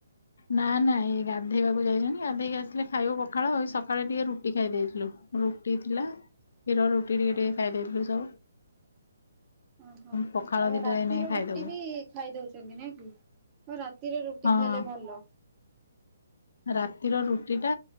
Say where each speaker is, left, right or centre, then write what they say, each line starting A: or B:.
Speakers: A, on the left (about 60°); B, on the right (about 25°).
A: ନା ନା ଏଇ ଗାଧେଇବାକୁ ଯାଇଚନ୍ତି। ଗାଧେଇକି ଆସିଲେ ଖାଇବୁ ପଖାଳ ସକାଳେ ଟିକେ ରୁଟି ଖାଇ ଦେଇଥିଲୁ। ରୁଟି ଥିଲା କ୍ଷୀର ରୁଟି ଟିକେ ଟିକେ ଖାଇଦେଇଥିଲୁ ସବୁ।
B: ଓହୋ
A: ପଖାଳ
B: ଆଉ
A: ଦିଟା
B: ରାତିର
A: ଏଇନାକେ ଖାଇଦବୁ
B: ରୁଟି ବି ଖାଇଦୋଉଚନ୍ତି ନା କି। ଆଉ ରାତିରେ ରୁଟି
A: ହଁ।
B: ଖାଇଲେ ଭଲ।
A: ରାତିର ରୁଟିଟା